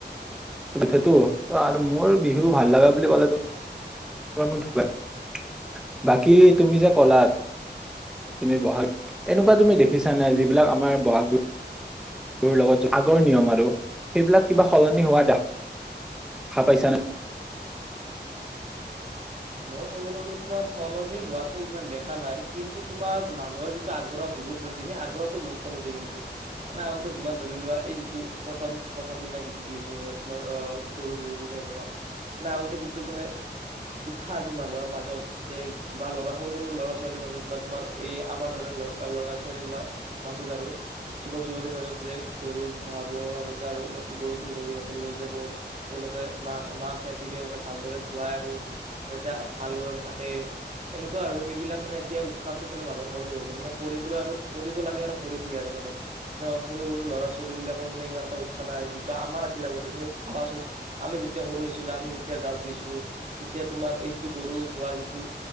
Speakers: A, in the centre; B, on the right.
A: পিঠটো আৰু মোৰ বিহু ভাল লগা বুলি ক'লে <unintelligible> বাকি তুমি যে ক'লা তুমি বহাগ এনেকুৱা তুমি দেখিছা নাই যিবিলাক আমাৰ বহাগ বিহু তোৰ লগত আগ ৰ নিয়ম আৰু সেইবিলাক কিবা সলনি হোৱা দেখা খা পাইছা নাই?
B: মই কবলৈ গলে তোমাৰ সলনি হোৱাটো ইমান দেখা নাই, কিন্তু তোমাৰ মানুহৰ যিটো আগ্ৰহ বিহুৰ প্ৰতি সেই আগ্ৰহটো বহুত কমিছে কিন্তু মানে আগতে তোমাৰ ধৰি লোৱা এই যিটো প্ৰথম প্ৰথম দিনা যিটো বিহুৰ হয় তোমাৰ আহ গৰু বিহুৰ দিনাই তোমাৰ মানে আগতে যিটো মানে উৎসাহ আছিল মানুহৰ মাজত যে বা ল'ৰা সৰু সৰু লৰা ছোৱালীৰ মাজত বা তোমাৰ এই আমাৰ দৰে ল'ৰা ছোৱালী বা মাজত আৰু যুৱক যুৱতীৰ মাজত যে গৰু ধুৱাব মানুহ আৰু গৰুটোক নদীৰ ঘাটত লৈ যাব তেওঁলোকে মাহ মাহ হালধিৰে মানে ভালদৰে ধুৱাই আনি যাতে ভালদৰে থাকে এনেকুৱা আৰু সেইবিলাক মানে এতিয়া উৎসাহটো মানে মানুহৰ কমি গৈছে মানে কৰিবলৈ আৰু কৰিব লাগে আৰু কৰি দিয়ে আৰু মানে সৰু সৰু ল'ৰা ছোৱালী বিলাকৰ মানে ইমান এটা উৎসাহ নাই যিটো আমাৰ আছিলে আগতে তুমি ভাবাচোন আমি যেতিয়া সৰু আছিলো আমি যেতিয়া গাঁৱত গৈছিলো তেতিয়া তোমাৰ এই যিটো গৰু ধোৱাৰ যিটো